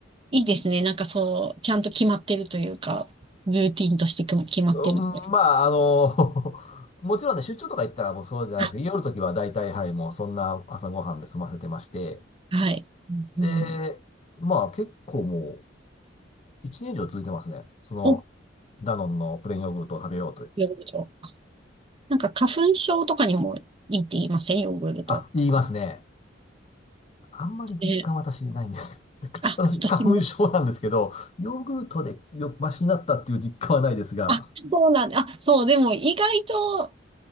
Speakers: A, on the right (about 30°); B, on the left (about 35°).
A: いいですね。なんかそう、ちゃんと決まってるというか、ルーティンとしてく決まってるので。
B: うんまあ、あの、<laughs> もちろんね、出張とか行ったらもうそうじゃないですけど、
A: あ、
B: 夜の時は大体、はい、もうそんな朝ごはんで済ませてまして、
A: はい。うんうん、
B: で、まあ結構もう1年以上続いてますね。その、
A: お、
B: ダノンのプレーンヨーグルトを食べようという。
A: ヨーグルト。なんか花粉症とかにもいいって言いませんヨーグルト。
B: あ、言いますね。あんまり実感私ないんです。
A: ね
B: <laughs>
A: あ、
B: 私、
A: 私も。
B: 花粉症なんですけど、ヨーグルトでよ、マシになったっていう実感はないですが、
A: あ、そうなんだ。あ、そう、でも意外と、